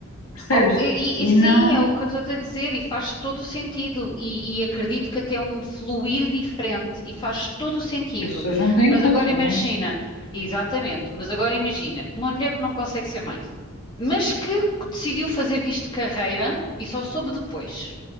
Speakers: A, on the left; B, on the left.
A: percebes?
B: Oh, e,
A: E
B: e- e sim,
A: não,
B: é o que eu estou a dizer, e faz todo o sentido, e, e acredito que até é um fluir diferente, e faz todo o sentido.
A: as pessoas não têm
B: Mas
A: culpa,
B: agora imagina,
A: né?
B: exatamente, mas agora imagina, uma mulher que não consegue ser mãe, mas que decidiu fazer disto carreira e só soube depois.